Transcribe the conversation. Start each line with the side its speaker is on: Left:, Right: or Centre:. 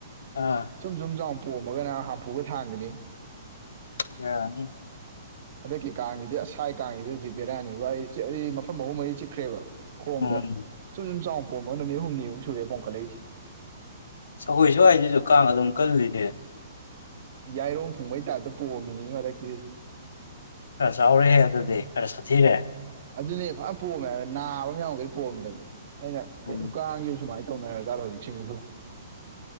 Left: ꯑꯥ
Right: ꯁꯨꯝ ꯁꯨꯝ ꯆꯥꯎ ꯄꯣꯝꯃꯒꯅ ꯍꯥꯝꯐꯨꯒ ꯊꯥꯡꯕꯅꯤ
Left: ꯌꯥꯅꯤ
Right: ꯍꯟꯗꯛꯀꯤ ꯀꯥꯡꯁꯤꯗꯤ ꯑꯁꯥꯏ ꯀꯥꯡꯁꯤꯗꯤ ꯍꯧꯖꯤꯛ ꯕꯦꯔꯥꯅꯦꯕ ꯑꯩ ꯑꯩ ꯃꯐꯝ ꯑꯍꯨꯝ ꯃꯔꯤ ꯆꯤꯛꯈ꯭ꯔꯦꯕ ꯈꯣꯡꯗ
Left: ꯎꯝ
Right: ꯁꯨꯝ ꯁꯨꯝ ꯆꯥꯎ ꯄꯣꯝꯃ ꯅꯨꯃꯤꯠ ꯍꯨꯝꯅꯤꯃꯨꯛ ꯁꯨꯔꯦ ꯄꯣꯡꯈꯠꯂꯛꯏꯁꯦ
Left: ꯁꯒꯣꯏ ꯁ꯭ꯋꯥꯏꯗꯁꯨ ꯀꯥꯡ ꯑꯗꯨꯝ ꯀꯜꯂꯤꯅꯦ
Right: ꯌꯥꯏꯔꯣꯡ ꯊꯨꯡꯕꯩ ꯇꯥꯏꯞꯇ ꯄꯣꯑꯝꯃꯤꯅꯤ ꯍꯟꯗꯛꯇꯤ
Left: ꯈꯔ ꯆꯥꯎꯔꯦ ꯑꯗꯨꯗꯤ ꯈꯔ ꯁꯥꯊꯤꯔꯦ꯫
Right: ꯑꯗꯨꯅꯦ ꯐꯔ ꯄꯣꯝꯃꯦ ꯍꯥꯏꯕ ꯅꯥꯕ ꯑꯃ ꯌꯥꯎꯈꯩ ꯄꯣꯝꯃꯦ ꯍꯥꯏꯕ ꯑꯩꯅ ꯀꯩꯅꯣ
Left: ꯎꯝ
Right: ꯀꯥꯡꯈꯤꯕ ꯁꯨꯃꯥꯏꯅ ꯇꯧꯅ ꯥꯖꯥꯠꯂ ꯍꯧꯖꯤꯛꯁꯤꯕꯨ